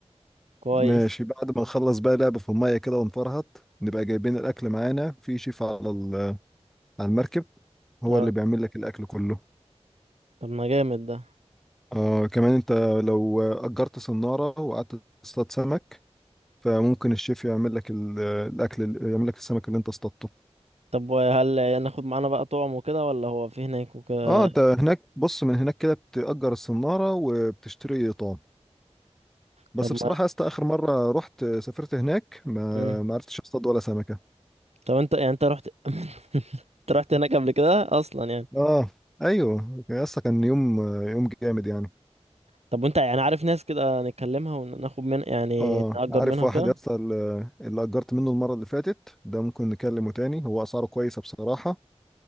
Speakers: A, on the right; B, in the centre.
A: كويس
B: ماشي بعد ما نخلص بقى لعب في المية كده ونفرهط نبقى جايبين الأكل معانا في شيف على ال- على المركب هو
A: اه
B: اللي بيعمل لك الأكل كله
A: طب ما جامد ده
B: آه كمان أنت لو أجرت صنارة وقعدت تصطاد سمك فممكن الشيف يعمل لك ال- الأكل ال- يعمل لك السمك اللي أنت اصطادته
A: طب وهل يعني ناخد معانا بقى طعم وكده ولا هو في هناك وكده
B: اه أنت هناك بص من هناك كده بتأجر الصنارة وبتشتري طعم بس
A: طب ما
B: بصراحة يا اسطى آخر مرة رحت سافرت هناك ما
A: مم.
B: ما عرفتش اصطاد ولا سمكة
A: طب انت يعني انت رحت <laughs> انت رحت هناك قبل كده اصلا يعني
B: اه ايوه يا اسطى كان يوم يوم جامد يعني
A: طب وانت يعني عارف ناس كده نتكلمها وناخد من يعني
B: اه
A: نأجر
B: عارف
A: منها
B: واحد
A: وكده
B: يا اسطى ال- اللي اجرت منه المره اللي فاتت ده ممكن نكلمه تاني هو اسعاره كويسه بصراحه